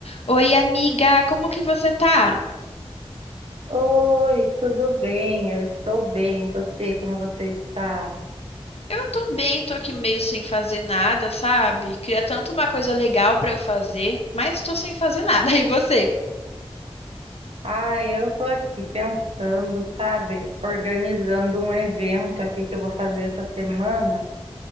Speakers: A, on the left (about 70°); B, on the right (about 65°).
A: Oi, amiga, como que você tá?
B: Oi, tudo bem? Eu estou bem. E Você, como você está?
A: Eu tô bem, tô aqui meio sem fazer nada, sabe? Queria tanto uma coisa legal pra eu fazer, mas tô sem fazer nada. <laughs> E você?
B: Ah, eu estou aqui pensando, sabe, organizando um evento aqui que eu vou fazer essa semana.